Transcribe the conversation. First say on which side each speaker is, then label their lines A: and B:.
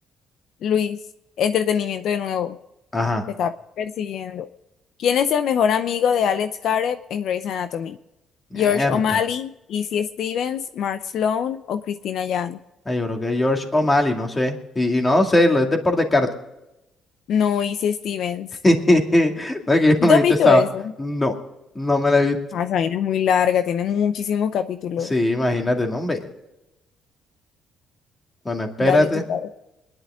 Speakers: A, on the left; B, on the left.
A: Luis, entretenimiento de nuevo.
B: Ajá.
A: Te está persiguiendo. ¿Quién es el mejor amigo de Alex Caret en Grey's Anatomy?
B: Mierda.
A: George O'Malley, Izzy Stevens, Mark Sloan o Christina Yang.
B: Ay, yo creo que George O'Malley, no sé. Y, y no sé, lo es de por descarte.
A: No hice Stevens.
B: <laughs> No es que yo
A: ¿Tú
B: no
A: te
B: me
A: has
B: viste
A: visto
B: esa.
A: eso?
B: No, no me la he visto.
A: Ah, esa vaina es muy larga, tiene muchísimos capítulos.
B: Sí, imagínate, no, hombre. Bueno, espérate,
A: Dale tu padre.